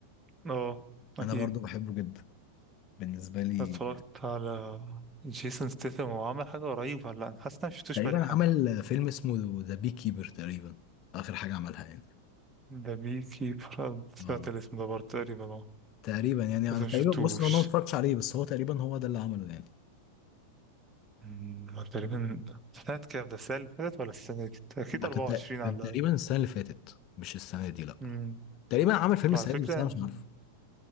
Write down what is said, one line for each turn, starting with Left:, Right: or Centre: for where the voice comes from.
Right: اه أكيد
Left: انا برضو بحبه جدا بالنسبه لي
Right: اتفرجت على جيسون ستيثم هو عمل حاجة قريب ولا لأ؟ أنا حاسس إن أنا مشفتوش
Left: تقريبا
Right: بقالي حبة
Left: عمل فيلم اسمه ذا بي كيبر تقريبا اخر حاجه عملها يعني
Right: ده بي كيبر سمعت
Left: اه
Right: الاسم ده برضه تقريبا اه
Left: تقريبا يعني
Right: بس
Left: انا
Right: مشفتوش
Left: تقريبا بص انا ما اتفرجتش عليه بس هو تقريبا هو ده اللي عمله يعني
Right: أمم، تقريبا سنة كام ده السنة اللي فاتت ولا السنة اللي كت- أكيد
Left: لا،
Right: أربعة
Left: كان تق-
Right: وعشرين على
Left: كان
Right: الأقل
Left: تقريبا السنه اللي فاتت مش السنه دي لا
Right: أمم،
Left: تقريبا عمل فيلم
Right: طب
Left: السنه
Right: على فكرة
Left: دي بس انا
Right: يعني
Left: مش عارفه